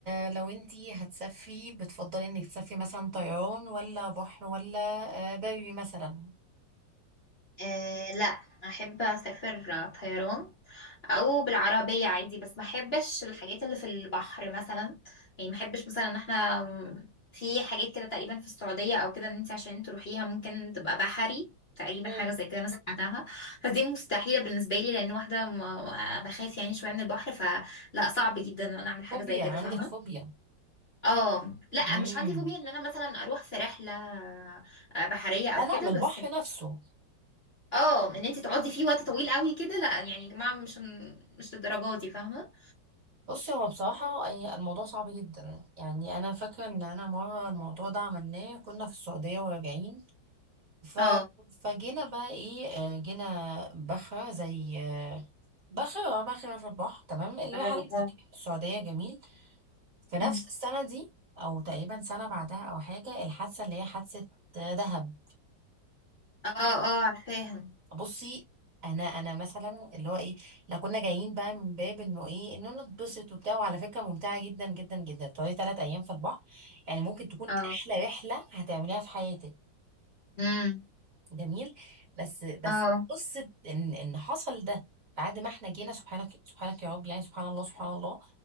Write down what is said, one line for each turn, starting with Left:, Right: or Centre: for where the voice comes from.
Right: آه لو انتي هتسافري بتفضلي انك تسافري مثلا طيران ولا بحر ولا آه بري مثلا
Left: آه لا احب اسافر طيران او بالعربيه عادي بس ما احبش الحاجات اللي في البحر مثلا يعني ما احبش مثلا ان احنا في حاجات كده تقريبا في السعوديه او كده ان انت عشان تروحيها ممكن تبقى بحري تقريبا
Right: مم.
Left: حاجه زي كده انا سمعتها فدي مستحيله بالنسبه لي لان واحده م- بخاف يعني شويه من البحر فلا صعب جدا ان انا اعمل حاجه
Right: فوبيا
Left: زي كده
Right: عندك
Left: فاهمه
Right: فوبيا
Left: اه لا
Right: امم
Left: مش عندي فوبيا ان انا مثلا اروح في رحله آه، بحريه او
Right: لا لا
Left: كده
Right: من البحر
Left: بس
Right: نفسه
Left: اه ان انت تقعدي فيه وقت طويل قوي كده لا يعني يا جماعه مش مش للدرجه دي فاهمه
Right: بصي هو بصراحة أي- الموضوع صعب جدا يعني أنا فاكرة إن أنا مرة الموضوع ده عملناه كنا في السعودية وراجعين ف...
Left: اه
Right: فجينا بقى إيه آه، جينا بخرة زي آه، بخرة آه، بخرة في البحر تمام اللي
Left: اه
Right: رحلت
Left: اه
Right: السعودية جميل في نفس
Left: مم.
Right: السنة دي أو تقريبا سنة بعدها أو حاجة الحادثة اللي هي حادثة آه، دهب
Left: اه اه عارفاها
Right: بصي انا انا مثلا اللي هو ايه لو كنا جايين بقى من باب انه ايه انه نتبسط وبتاع وعلى فكره ممتعه جدا جدا جدا تقعدي ثلاث ايام في البحر يعني ممكن تكون
Left: اه
Right: احلى رحله هتعمليها في حياتك
Left: امم
Right: جميل بس بس
Left: اه
Right: قصه ان ان حصل ده بعد ما احنا جينا سبحانك سبحانك يا رب يعني سبحان الله سبحان الله